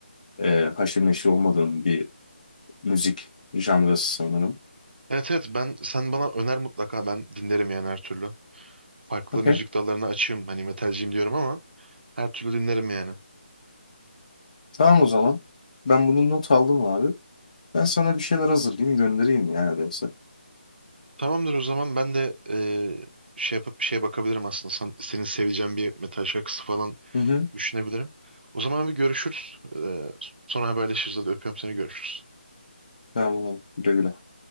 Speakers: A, on the left; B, on the right.
A: e, haşır neşir olmadığın bir müzik janrası sanırım.
B: Evet evet ben sen bana öner mutlaka ben dinlerim yani her türlü. Farklı
A: Okey.
B: müzik dallarına açığım hani metalciyim diyorum ama her türlü dinlerim yani.
A: Tamam o zaman. Ben bunu not aldım abi. Ben sana bir şeyler hazırlayayım göndereyim ya öyleyse.
B: Tamamdır o zaman ben de e, şey yapıp bir şeye bakabilirim aslında. Sen, senin seveceğin bir metal şarkısı falan
A: Hı hı.
B: düşünebilirim. O zaman bir görüşürüz. Ee, sonra haberleşiriz. Hadi öpüyorum seni görüşürüz.
A: Tamam abi. Güle güle.